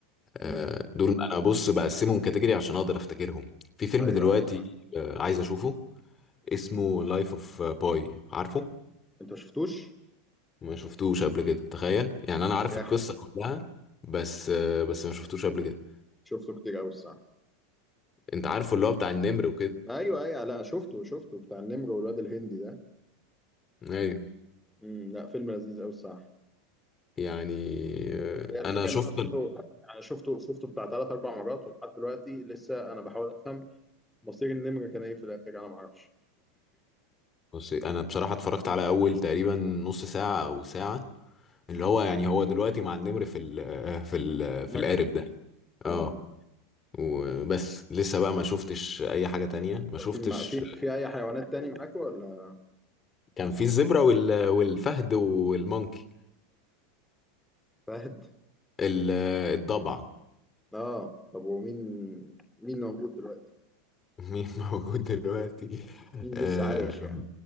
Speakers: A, on the left (about 30°); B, in the centre.
A: آه،
B: امم
A: دول انا بص بقسمهم كاتيجوري عشان اقدر افتكرهم في فيلم
B: ايوه
A: دلوقتي
B: ايوه صح
A: آه، عايز اشوفه اسمه لايف اوف باي عارفه
B: انت شفتوش
A: ما شفتوش قبل كده تخيل يعني انا
B: ده
A: عارف
B: جاحد
A: القصة كلها بس آه، بس ما شفتوش قبل كده
B: شفته كتير قوي الصح
A: انت عارفه اللي هو بتاع النمر وكده
B: ايوه ايوه لا شفته شفته بتاع النمر والواد الهندي ده
A: ايوه
B: امم لا فيلم لذيذ قوي الصراحه
A: يعني آه،
B: هي الفكره
A: انا شفت
B: ان انا برضه أنا شفته شفته بتاع ثلاث اربع مرات ولحد دلوقتي لسه انا بحاول افهم مصير النمر كان ايه في الاخر انا ما اعرفش
A: بص انا بصراحه اتفرجت على اول تقريبا نص ساعه او ساعه اللي هو يعني هو دلوقتي مع النمر في ال <laughs> في ال
B: مركب
A: في القارب ده اه
B: اه
A: وبس لسه بقى ما شفتش اي حاجه تانية ما
B: طب
A: شفتش
B: في مع- في في اي حيوانات تاني معاكوا ولا
A: كان في الزبره وال <laughs> والفهد والمونكي
B: فهد
A: ال- الضبع
B: اه طب ومين مين موجود دلوقتي
A: مين <laughs> موجود دلوقتي
B: مين
A: آه،
B: لسه عايش يعني